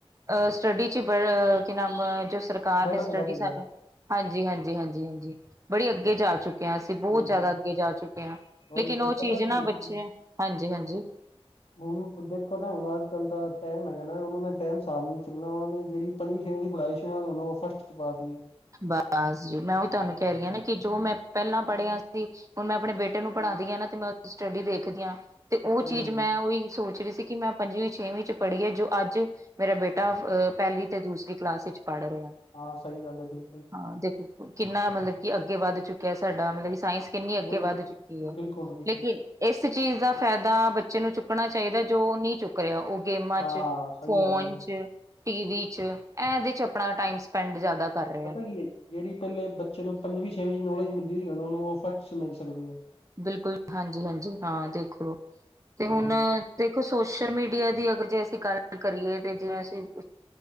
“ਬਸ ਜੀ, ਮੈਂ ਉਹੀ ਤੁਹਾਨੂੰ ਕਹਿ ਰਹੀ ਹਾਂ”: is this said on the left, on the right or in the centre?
Right